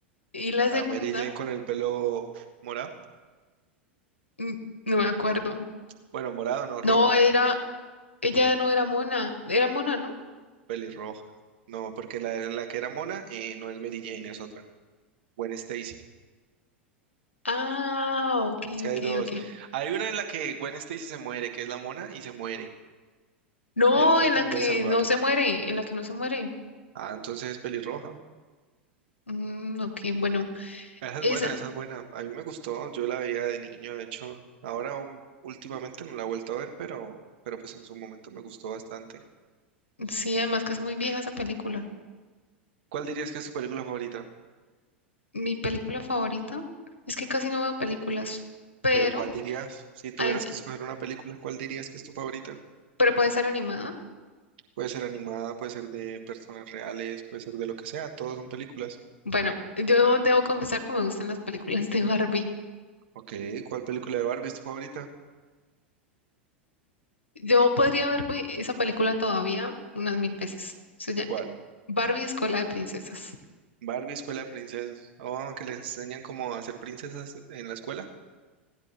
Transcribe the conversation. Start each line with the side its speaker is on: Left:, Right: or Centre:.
Left: Y la
Right: A
Left: segunda,
Right: Mary Jane con el pelo morado,
Left: mm, no me acuerdo.
Right: bueno, morado no, rojo,
Left: No, era, ella no era mona, era mona, ¿no?
Right: pelirroja, no, porque la, la que era mona eh, no es Mary Jane, es otra, Gwen Stacy.
Left: Ah, ok,
Right: Es que
Left: ok,
Right: hay dos.
Left: ok.
Right: Hay una en la que Gwen Stacy se muere, que es la mona, y se muere,
Left: No,
Right: él tratando
Left: en la que
Right: de salvarla.
Left: no se muere, en la que no se muere.
Right: Ah, entonces es pelirroja.
Left: Mm, ok, bueno,
Right: Esa es
Left: esa,
Right: buena, esa es buena. A mí me gustó, yo la veía de niño, de hecho. Ahora um, últimamente no la he vuelto a ver, pero, pero pues en su momento me gustó bastante.
Left: sí, además que es muy vieja esa película.
Right: ¿Cuál dirías que es tu película favorita?
Left: Mi película favorita es que casi no veo películas, pero,
Right: Pero ¿cuál dirías? Si tuvieras
Left: ah,
Right: que escoger una película, ¿cuál dirías que es tu favorita?
Left: pero puede ser animada.
Right: Puede ser animada, puede ser de personas reales, puede ser de lo que sea, todos son películas.
Left: Bueno, yo debo confesar que me gustan las películas de Barbie.
Right: Ok, ¿cuál película de Barbie es tu favorita?
Left: Yo podría verme esa película todavía unas mil veces. O sea, ya-
Right: ¿Cuál?
Left: Barbie Escuela de Princesas.
Right: Barbie Escuela de Princesas. Oh, que les enseñan cómo hacer princesas en la escuela.